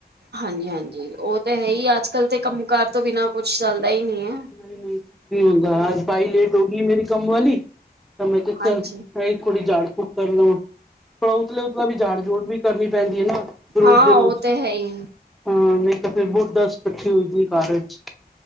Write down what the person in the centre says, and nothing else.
ਨੀ ਹੋਂਦਾ। ਅੱਜ ਬਾਈ ਲੇਟ ਹੋਗੀ ਮੇਰੀ ਕੰਮ ਵਾਲੀ ਤਾਂ ਮੈਂ ਕੇਆ
ਚਲ ਥੋੜੀ ਝਾੜ ਫੂਕ ਕਰ ਲਵਾਂ। ਥੋੜਾ ਉਤਲੇ-ਉਤਲਾ ਵੀ ਝਾੜ ਝੂੜ ਵੀ ਕਰਨੀ ਪੈਂਦੀ ਏ ਨਾ ਰੋਜ
ਦੇ ਰੋਜ।
ਹਾਂ, ਨਈ ਤੇ ਫੇਰ ਬੌਤ ਡਸਟ ਕੱਠੀ ਹੋਈ ਦੀ ਏ ਘਰ ਇੱਚ।